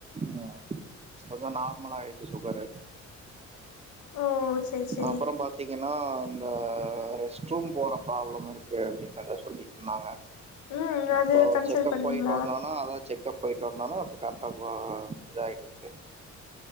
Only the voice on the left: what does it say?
ஓ சேரி சேரி
ம் அது
கன்சல்ட்
பண்ணீங்களா